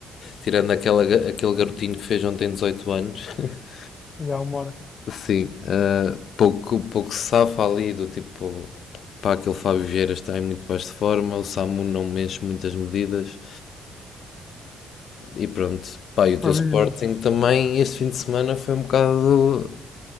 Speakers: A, on the left (about 65°); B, on the left (about 40°).
A: Tirando aquela, aquele garotinho que fez ontem 18 anos. <laughs>
B: Já uma hora.
A: Sim, ah, pouco, pouco se safa ali do tipo, pá, aquele Fábio Vieira está em muito baixa forma, o Samu não mexe muitas medidas e pronto. Pá, e o teu
B: Mas
A: Sporting
B: diz-me,
A: também este fim de semana foi um bocado